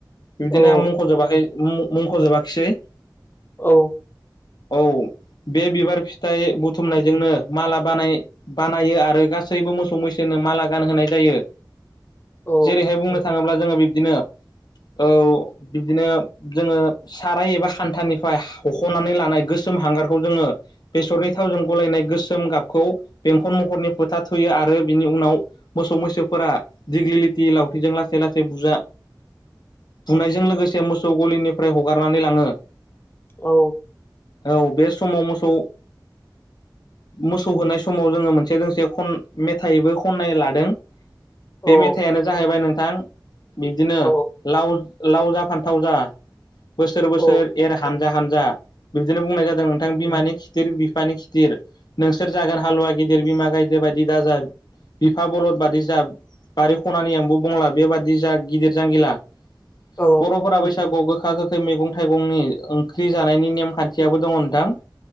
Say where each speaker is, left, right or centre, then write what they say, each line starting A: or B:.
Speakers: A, on the left; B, on the left.
A: बिबदिनो
B: औ
A: आं मुंख'जोबाखै मुंख'जोबाखिसै
B: औ
A: औ बे बिबार फिथाइ बु माला बानायो आरो गासैबो मोसौ मैसोनो माला गानहोनाय जायो
B: औ
A: जेरैहाय बुंनो थांङोब्ला जोंङो बिब्दिनो औ बिदिनो जोंङो साराय एबा हान्थानिफ्राय हख'नानै लानाय गोसो हांगारखौ जोंङो बेसरनि थावजों गलायनाय गोसोम गाबखौ बेंखन महरनि फोथा थुयो आरो बिनि उनाव मोसौ मैसो फोरा दिग्लि लिथि लावथिजों लासै लासै बुजा बुनायजों लोगोसे मोसौ गलिनिफ्राय हगारनानै लाङो
B: औ
A: औ बे समाव मोसौ मोसौ होनाय समाव जोङो मोनसे दोंसे खन मेथाइबो खननाय लादों बे
B: औ
A: मेथाइयानो जाहैबाय नोंथां बिब्दिनो
B: औ
A: लाव लाव जा फान्थाव जा बोसोर बोसोर
B: औ
A: एर हानजा हानजा बिबदिनो बुंनाय जादों नोंथां बिमानि खिथिर बि बिफानि खिदिर नोंसोर जागोन हालुवा गिदिर बिमा गायदे बायदि दाजा बिफा बलद बादि जा बारि खनानि एमबु बंला बेबादि जा गिदिर जांगिला
B: औ
A: बर'फोरा बैसागुआव गो गोखा गोखै मैगं-थाइगंनि ओंख्रि जानायनि नेमखानथियाबो दङ' नोंथां